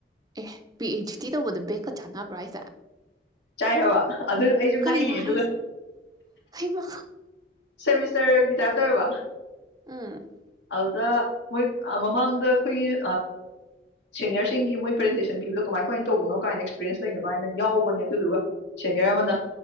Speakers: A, on the right; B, on the left.
A: ꯑꯦ ꯄꯤ ꯍꯩꯁ ꯗꯤ ꯇꯧꯕꯗ ꯕꯦꯒꯀ ꯆꯥꯟꯅꯕ꯭ꯔꯥ ꯍꯥꯏꯁꯦ
B: ꯆꯥꯏ ꯍꯥꯏꯕ ꯑꯗꯨ ꯑꯩꯁꯨ
A: ꯀꯩꯅꯣ
B: ꯉꯥꯛꯏꯅꯦ
A: ꯍꯥꯏꯁꯦ
B: ꯑꯗꯨꯒ
A: ꯍꯩꯃꯥ
B: ꯁꯦꯃꯤꯁꯇꯔꯒꯤ ꯇꯥꯏꯞ ꯇꯧꯋꯦꯕ
A: ꯎꯝ
B: ꯗ ꯃꯣꯏ ꯃꯃꯥꯡꯗ ꯑꯩꯈꯣꯏꯒꯤꯑ ꯁꯦꯅꯤꯌꯔꯁꯤꯡꯒꯤ ꯃꯣꯏ ꯄ꯭ꯔꯖꯦꯟꯇꯦꯁꯟ ꯄꯤꯕꯗꯣ ꯀꯃꯥꯏ ꯀꯃꯥꯏꯅ ꯇꯧꯕꯅꯣ ꯀꯥꯏꯅ ꯑꯦꯛꯁꯄꯤꯔꯤꯌꯦꯟꯁ ꯂꯩꯅꯕ ꯍꯥꯏꯅ ꯌꯥꯎꯕꯅꯦ ꯑꯗꯨꯗꯨꯒ ꯁꯦꯅꯤꯌꯔ ꯑꯃꯅ